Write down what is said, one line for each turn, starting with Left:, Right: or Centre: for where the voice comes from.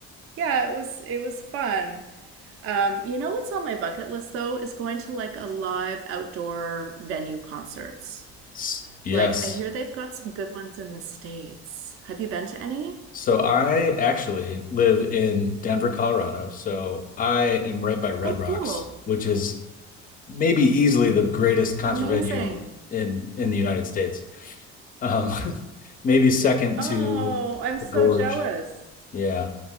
Right: Yeah, it was it was fun. Um, you know what's on my bucket list though is going to like a live outdoor venue concerts.
Left: S- Yes.
Right: Like I hear they've got some good ones in the States. Have you been to any?
Left: So I actually live in Denver, Colorado. So I am right by Red
Right: Oh,
Left: Rocks,
Right: cool.
Left: which is maybe easily the greatest concert
Right: Amazing.
Left: venue in in the United States. Um, <laughs> maybe second
Right: Oh,
Left: to
Right: I'm so
Left: the Gorge.
Right: jealous.
Left: Yeah.